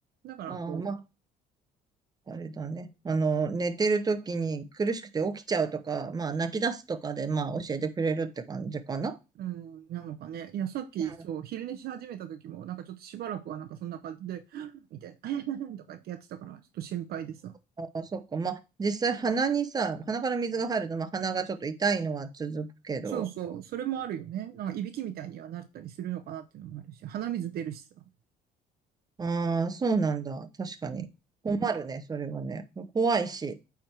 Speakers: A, on the right (about 65°); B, on the right (about 20°).
A: だからこう、
B: ああ、まあ。あれだね。あの、寝てる時に苦しくて起きちゃうとか、まあ泣き出すとかで、まあ教えてくれるって感じかな。
A: うん、なのかね。いや、さっき、
B: うん、
A: そう、昼寝し始めた時も、なんかちょっとしばらくはなんかそんな感じで、<gasps> みたいな、<gasps> とか言ってやってたから、ちょっと心配でさ。
B: あーそっか。まあ、実際鼻にさ、鼻から水が入ると、まあ、鼻がちょっと痛いのは続くけど、
A: そうそう、それもあるよね。なんか、いびきみたいにはなったりするのかなっていうのもあるし、鼻水出るしさ。
B: ああ、そうなんだ。確かに。
A: うん、
B: 困るね、それはね。怖いし。